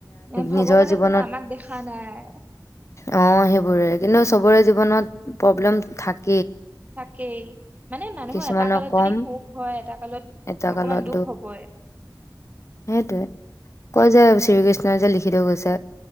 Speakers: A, on the right; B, on the left.
A: এ ভগৱানে
B: নিজৰ জীৱনত
A: জানো আমাক দেখা নাই?
B: অ সেইবোৰে কিন্তু চবৰে জীৱনত প্ৰব্লেম থাক
A: তাকেই মানে মানুহৰ
B: কিছুমানৰ
A: এটা কালত
B: কম
A: যদি সুখ হয় এটা কালত
B: এটা কালত
A: অকমান দুখ হবই।
B: সেইটোয়ে কয় যে শ্ৰীকৃষ্ণই যে লিখি থৈ গৈছে।